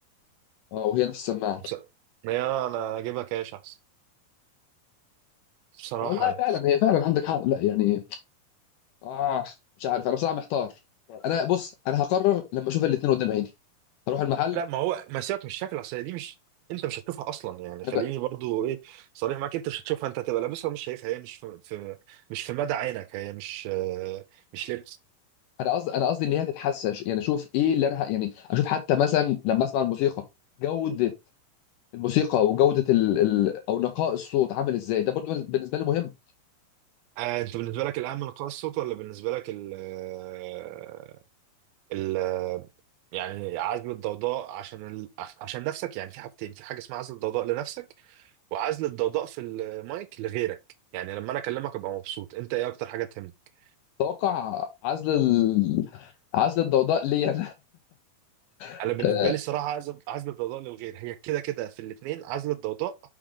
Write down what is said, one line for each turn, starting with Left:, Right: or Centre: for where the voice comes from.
Left: اه وهي نفس السماعة
Right: بس يا انا اجيبها كاش احسن بصراحة
Left: والله
Right: يعني.
Left: فعلا هي فعلا عندك حق لا يعني اه مش عارف انا بصراحة محتار انا بص انا هقرر لما اشوف الاتنين قدام عيني هروح المحل
Right: لا ما هو ما سيبك من الشكل اصل دي مش انت مش هتشوفها اصلا يعني
Left: انا
Right: خليني
Left: ب...
Right: برضو ايه صريح معاك انت مش هتشوفها انت هتبقى لابسها ومش شايفها هي مش في, في مش في مدى عينك هي مش آه، مش لبس
Left: انا قصدي انا قصدي ان هي تتحسن يعني اشوف ايه اللي انا ه... يعني اشوف حتى مثلا لما اسمع الموسيقى جودة الموسيقى وجودة ال... ال... او نقاء الصوت عامل ازاي ده برضو بالنسبة لي مهم
Right: آه، انت بالنسبه لك الاهم نقاء الصوت ولا بالنسبه لك ال آه، ال آه، يعني عزل الضوضاء عشان ال... عشان نفسك يعني في حاجتين في حاجه اسمها عزل الضوضاء لنفسك وعزل الضوضاء في المايك لغيرك يعني لما انا اكلمك ابقى مبسوط انت ايه اكتر حاجه تهمك
Left: اتوقع عزل ال... عزل الضوضاء ليا <laughs>
Right: انا بالنسبه لي الصراحه عزل عزل الضوضاء للغير هي كده كده في الاثنين عزل الضوضاء